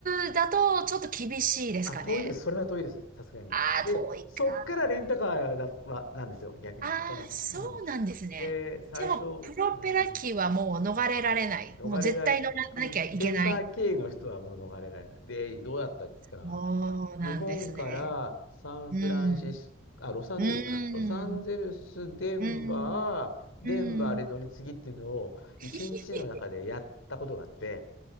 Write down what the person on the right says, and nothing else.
ブだとちょっと厳しいですかね。
ああ、
遠いか。
ああ、
そうなんですね。
でも、プロペラ機はもう逃れられない。
もう絶対乗らなきゃいけない。
そうなんですね。
うん。
う
ん。
うん。うん。
<laughs> 結